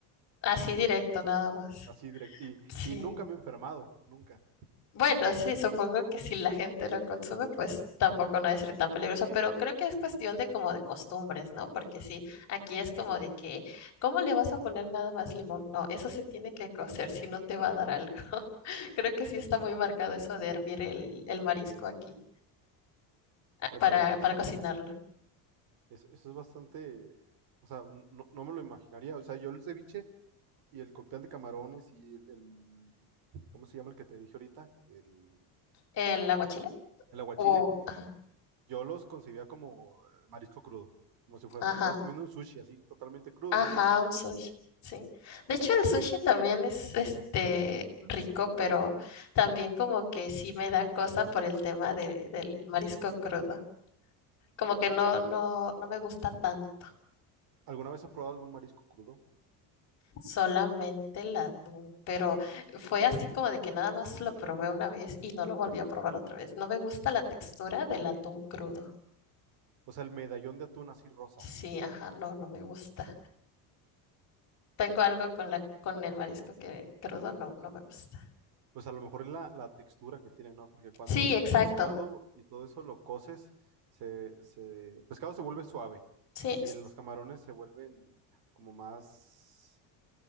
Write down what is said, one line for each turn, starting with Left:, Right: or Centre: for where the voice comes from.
Left: así directo nada más.
Right: Así directo. Y,
Left: Sí.
Right: y nunca me he enfermado, nunca.
Left: Bueno, sí, supongo que si la gente lo consume, pues tampoco no debe ser tan peligroso, pero creo que es cuestión de como de costumbres, ¿no? Porque sí, aquí es como de que, ¿cómo le vas a poner nada más limón? No, eso se tiene que cocer si no te va a dar algo. <laughs> Creo que sí está muy marcado eso de hervir el, el marisco aquí ah,
Right: Oye,
Left: para,
Right: pero eso,
Left: para cocinarlo.
Right: es- eso es bastante, o sea, n- no, no me lo imaginaría. O sea, yo el ceviche y el cóctel de camarones y el, el- ¿cómo se llama el que te dije ahorita? El,
Left: ¿El aguachile?
Right: el aguachile,
Left: O, ajá,
Right: yo los concebía como eh, marisco crudo. Como si fuera,
Left: ajá,
Right: estuvieras comiendo un sushi así, totalmente crudo,
Left: Ajá,
Right: nada más el limón.
Left: un sushi, sí. De hecho, el sushi también es este rico, pero también como que sí me da cosa por el tema de, del marisco crudo. Como que no, no, no me gusta tanto,
Right: ¿Alguna vez has probado algún marisco crudo?
Left: solamente el atún. Pero fue así como de que nada más lo probé una vez y no lo volví a probar otra vez. No me gusta la textura del atún crudo.
Right: O sea, el medallón de atún así rosa.
Left: Sí, ajá, no, no me gusta. Tengo algo con la, con el marisco que crudo no, no me gusta.
Right: Pues a lo mejor es la, la textura que tiene, ¿no? Porque cuando
Left: Sí,
Right: el
Left: exacto.
Right: pescado y todo eso lo coces, se, se- el pescado se vuelve suave
Left: Sí,
Right: y los camarones se vuelven como más,